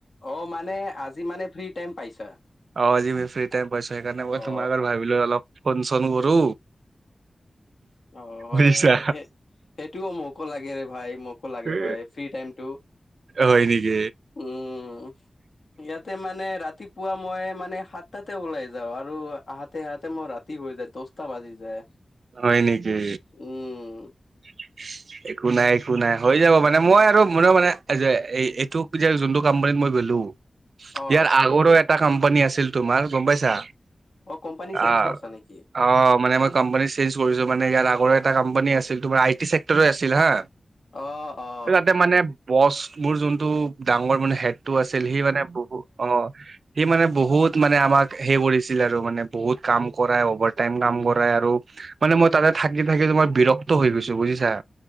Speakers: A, on the left; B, on the right.
A: অ' মানে আজি মানে ফ্ৰী টাইম পাইছা?
B: অ' আজি ফ্ৰী টাইম পাইছো। সেইকাৰণে মই
A: অ
B: তোমাক আগ ভাবিলো অলপ ফোন চোন কৰো।
A: অ' হয়
B: বুজিছা?
A: হয় এই সেইটোও মোকো লাগে ৰে ভাই, মোকো লাগে
B: এ,
A: ভাই ফ্ৰি টাইমটো।
B: হয় নেকি?
A: উম, ইয়াতে মানে ৰাতি- পুৱা মই মানে সাতটাতে ওলাই যাওঁ। আৰু আহাতে আহাতে মই ৰাতি হৈ যায় দহটা বাজি যায়।
B: হয় নেকি?
A: উম।
B: <inaudible> একো নাই একো নাই হৈ যাব মানে। মই আৰু মোৰো মানে এই যে এইটো যে যোনটো কোম্পানীত মই গ'লো।
A: অ
B: ইয়াৰ আগৰো এটা কোম্পানী আছিল তোমাৰ গম পাইছা?
A: অ কোম্পানী চেঞ্জ
B: আ
A: কৰছা নেকি?
B: অ মানে মই কম্পানী চেঞ্জ কৰিছো, মানে ইয়াত আগৰে এটা কম্পানী আছিল তোমাৰ আই টি চেক্টৰে আছিল হা।
A: অ অ
B: তাতে মানে বছ বোৰ যোনটো ডাঙৰ মানে হেড। টো আছিল। সি মানে বহুত অ সি মানে বহুত মানে আমাক হে কৰিছিল আৰু মানে। বহুত কাম কৰাই অভাৰটাইম কাম কৰাই আৰু মানে মই তাতে থাকি থাকি তোমাৰ বিৰক্ত হৈ গৈছো। বুজিছা?